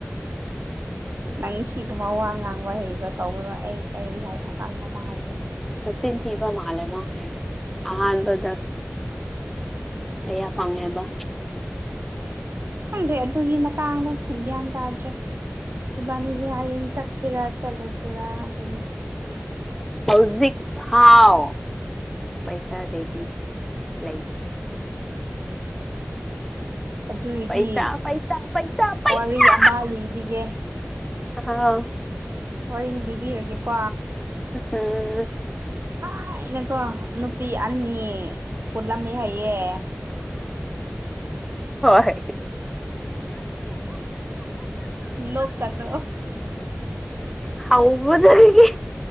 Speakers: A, on the right; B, in the centre.
A: <unintelligible> ꯅꯪ ꯁꯤꯒꯨꯝꯕ ꯋꯥ ꯉꯥꯡꯕ ꯍꯩꯕ꯭ꯔꯥ ꯇꯧꯕꯅꯣ ꯑꯩ ꯀꯔꯤ ꯍꯥꯏ ꯑꯀꯥꯡꯃ ꯍꯥꯏꯒꯦ
B: ꯆꯤꯟ ꯊꯤꯕ ꯃꯥꯂ ꯃꯥ ꯑꯍꯥꯟꯕꯗ ꯀꯌꯥ ꯐꯪꯉꯦꯕ
A: ꯈꯪꯗ꯭ꯔꯦ ꯑꯗꯨꯒꯤ ꯃꯇꯥꯡꯗꯣ ꯒ꯭ꯌꯥꯟ ꯇꯥꯗ꯭ꯔꯦ ꯏꯕꯥꯅꯤꯁꯦ ꯍꯌꯦꯡ ꯆꯠꯁꯤꯔꯥ ꯆꯠꯂꯣꯏꯁꯤꯔꯥ ꯑꯗꯨꯅꯦ
B: ꯍꯧꯖꯤꯛ ꯐꯥꯎ ꯄꯩꯁꯥ ꯔꯦꯗꯤ ꯂꯩꯇ
A: ꯑꯗꯨꯏꯗꯤ
B: ꯄꯩꯁꯥ ꯄꯩꯁꯥ ꯄꯩꯁꯥ ꯄꯩꯁꯥ
A: ꯋꯥꯔꯤ ꯑꯃ ꯂꯤꯕꯤꯒꯦ
B: ꯑꯥꯎ
A: ꯋꯥꯔꯤ ꯂꯤꯕꯤꯔꯒꯦꯀꯣ
B: ꯎꯝ
A: ꯊꯥꯏꯅꯀꯣ ꯅꯨꯄꯤ ꯑꯅꯤ ꯄꯨꯜꯂꯝꯃꯦ ꯍꯥꯏꯌꯦ
B: ꯍꯣꯏ
A: ꯅꯣꯛꯀꯅꯨ
B: ꯍꯧꯕꯗꯒꯤ